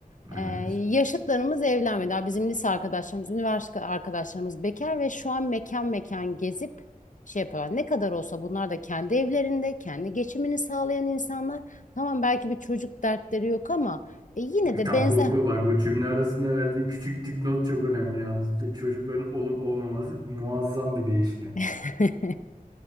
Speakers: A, on the left; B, on the right.
A: E,
B: Evet.
A: yaşıtlarımız evlenmedi. Daha bizim lise arkadaşlarımız, üniversite arkadaşlarımız bekar ve şu an mekan mekan gezip şey yapıyorlar. Ne kadar olsa bunlar da kendi evlerinde, kendi geçimini sağlayan insanlar. Tamam belki bir çocuk dertleri yok ama e, yine de
B: Tam
A: benzer.
B: bu, bu bak bu cümle arasında verdiğin küçük dipnot çok önemli yalnız. Çocukların olup olmaması muazzam bir değişken.
A: <laughs>